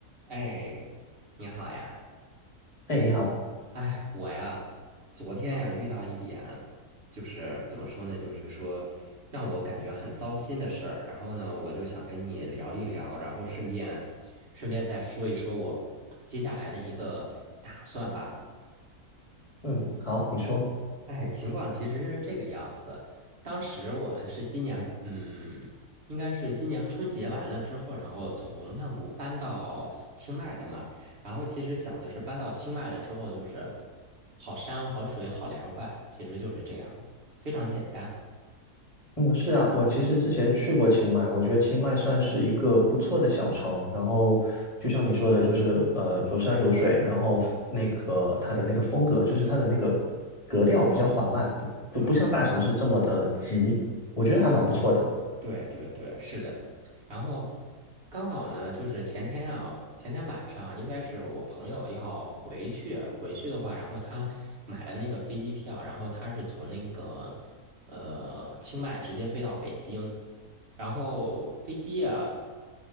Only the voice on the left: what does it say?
哎，你好，
嗯，好，你说，
嗯，是啊，
我其实之前去过清迈，我觉得清迈算是一个不错的小城，然后就像你说的，就是呃有山有水，然后那个它的那个风格，就是它的那个格调比较缓慢，不就不像大城市这么的急，
我觉得还蛮不错的。